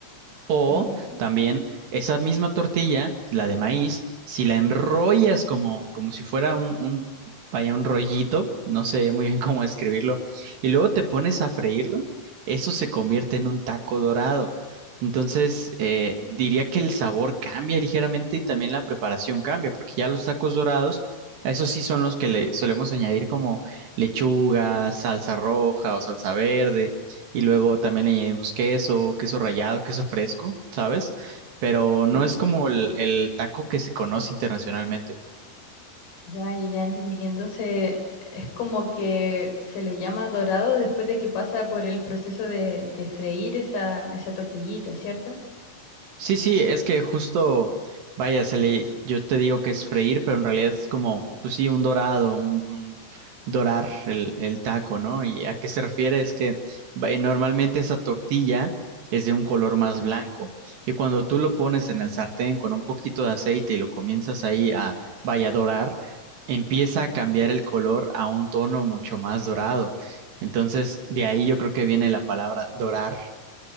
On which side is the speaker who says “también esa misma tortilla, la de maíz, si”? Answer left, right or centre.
Right